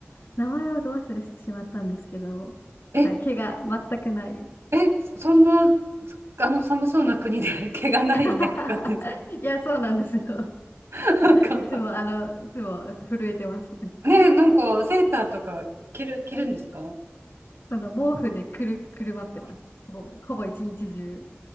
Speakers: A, on the left; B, on the right.
A: 名前をど忘れしてしまったんですけど、
B: え、
A: はい、毛が全くない。
B: え、そそんな、あの、寒そうな国で <laughs> 毛がない猫飼ってんですか
A: <laughs> いや、そうなんですよ。
B: <laughs> なんか、
A: いつも、あの、いつも震えてます。
B: ねえ、なんか、セーターとか着る、着るんですか
A: その毛布でくる、くるまってます。ほぼ、ほぼ一日中。